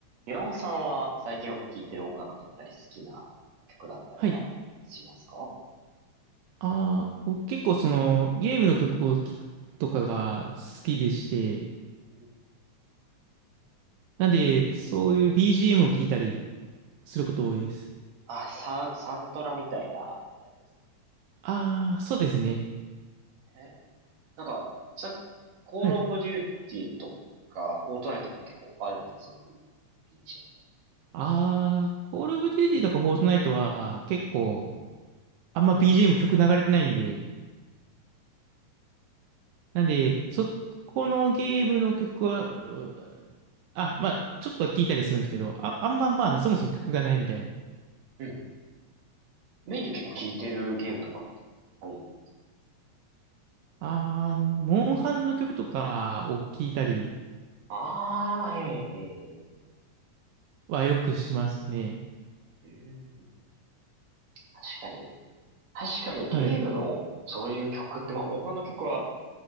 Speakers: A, on the right (about 65°); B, on the right (about 85°).
A: 岩尾さんは最近よく聴いてる音楽だったり、好きな曲だったりはしますか
B: はい。ああ、僕結構そのゲームの曲を聴くとかが好きでして、
A: うん。
B: なんでそういう BGM を聴いたりすること多いです。
A: あ、サン、サントラみたいなやつです
B: ああ、そうですね。
A: かね。なんか、さ、コールオブデューティーとか、
B: はい。
A: フォートナイトとかも結構あるんですかそういうビージ
B: ああ、コールオブデューティーとかフォートナイトは結構あんま BGM 曲流れてないんで、なんでそこのゲームの曲は、うあ、まあちょっとは聴いたりするんですけど、あ、あんままあそもそも曲がないみたいな。
A: ーエムみたいなうん。うんうん。メインで結構聴いてるゲームとかってあり。
B: あー、あの、モンハンの曲とかを聴いたり、
A: ああ、ええ、
B: はよくしますね。
A: ええ。うん。確かに。確かにゲームのそういう曲って、
B: はい。
A: まあ、モンハンの曲は